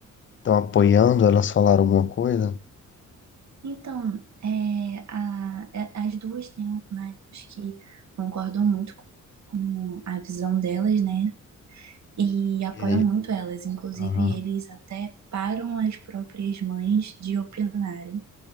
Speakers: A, on the left; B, on the right.
A: estão apoiando elas falar alguma coisa?
B: então, é, a- é- as duas têm médicos que concordam muito com com a visão delas, né? E apoiam
A: E...
B: muito elas. Inclusive,
A: Aham.
B: eles até param as próprias mães de opinarem